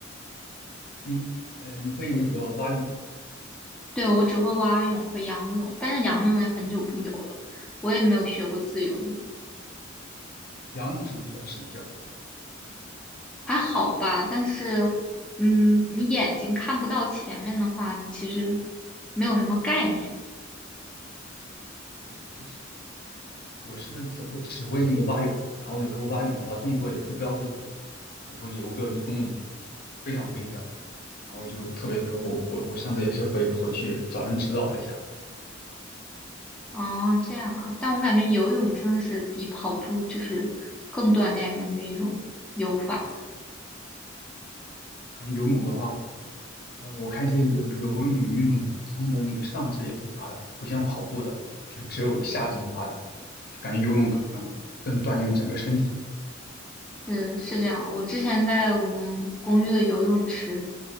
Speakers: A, on the left (about 50°); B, in the centre.
A: 你呃，你会那个蛙泳、
B: 对，我只会蛙泳和仰泳，但是仰泳也很久不游了，我也没有学过自由泳，
A: 仰泳是不是比较省劲儿？
B: 还好吧。但是，嗯，你眼睛看不到前面的话，你其实没有什么概念。
A: 对，确实，我是只会只会那个蛙泳，然后有时候蛙泳的话动作也不标准，有时候游个一公里非常费劲儿，然后就特别呃我我我上次也是回回去找人指导了一下，
B: 啊。这样啊，但我感觉游泳真的是比跑步就是更锻炼人的一种。游法。
A: 感觉游泳的话，呃，我看一些游游泳运动员，他们的那个上肢也挺发达的，不像跑步的，就只有下肢发达，就感觉游泳可能更锻炼整个身体。
B: 是是这样，我之前在我们公寓的游泳池